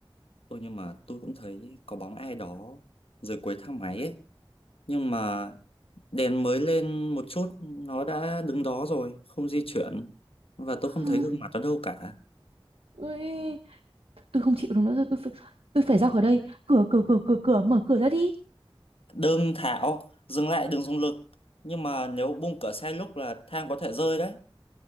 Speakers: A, on the left (about 80°); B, on the right (about 85°).
A: ôi nhưng mà tôi cũng thấy có bóng ai đó dưới cuối thang máy ấy nhưng mà đèn mới lên một chút nó đã đứng đó rồi không di chuyển và tôi
B: <sighs>
A: không thấy gương mặt nó đâu cả
B: Ui, tôi không chịu được nữa rồi, tôi phải tôi phải ra khỏi đây. Cửa cửa cửa cửa cửa mở cửa ra đi.
A: đừng thảo dừng lại đừng dùng lực nhưng mà nếu bung cửa sai lúc là thang có thể rơi đấy